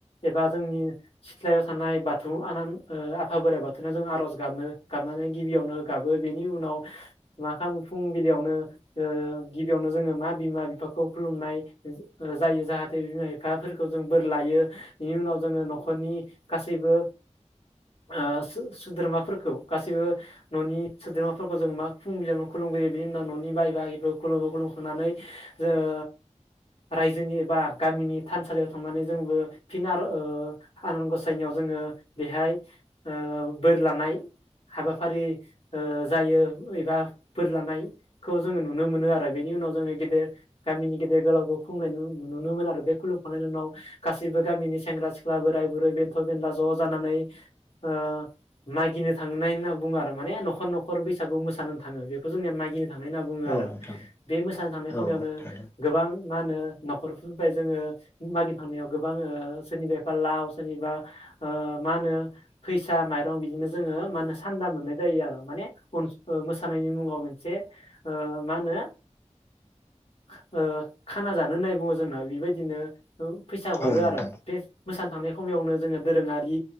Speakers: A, on the left; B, on the left.
A: एबा जोंनि सिथ्लायाव थानाय बाथौ आनान आफा बोराइ बाथौनि जों आर'ज गाबनो गाब गाबनानै गिबियावनो गाबो बेनि उनाव मा खामो फुंबिलियावनो गिबियावनो जों जोङो मा बिमा बिफाखौ खुलुमनाय जायो जाहाथे बिमा बिफाफोरखौ जों बोर लायो बिनि उनाव जोङो न'खरनि गासैबो ओ सो सो सोद्रोमाफोरखौ गासैबो न'नि सोद्रोमाफोरखौ जों मा फुंबिलियावनो खुलुमो खुुं बिनि उनाव न'नि बाय बागि खुलुमो खुलुमखांनानै जोङो रायजोनि एबा गामिनि थानसालियाव थांनानै जोंबो फिन आरो ओ आनान गसाइनियाव जोङो बेहाय ओ बोर लानाय हाबाफारि ओ जायो एबा बोर लानायखौ जोङो नुनो मोनो आरो बेनि नाव जोङो गेदेर गामिनि गेदेर गोलावखौ खुलनाय नुनो मोन आरो बे खुलुमखांनायनि उनाव गासै सैबो गामिनि सेंग्रा सिख्ला बोराय बुरै बेन्थ' बेनला ज' जानानै ओ मागिनो थांनाय होनना बुङो आरो माने न'खर न'खर बैसागु मोसानो थाङो बेखौ जोंनिया मागिनो थांनाय होनना बुङो आरो
B: औ नोंथां
A: बे मोसानो थांनाय खमयावनो
B: औ थारैनो
A: गोबां मा होनो न'खरफोरनिफ्राय जोङो मागि थांनायाव गोबां ओ सोरनिफायबा लाव ओ सोरनिबा ओ मा होनो फैसा माइरं बिदिनो जोङो हो मा होनो सान्दा मोननाय जायो आरो माने मोसानायनि मुङाव मोनसे ओ मा होनो खो खाना जानो होननाय बुङो जोंना बेबायदिनो ओ फैसा हरो
B: औ नोंथां
A: आरो बे मोसानो थां खमयावनो जोङो दोरोङारि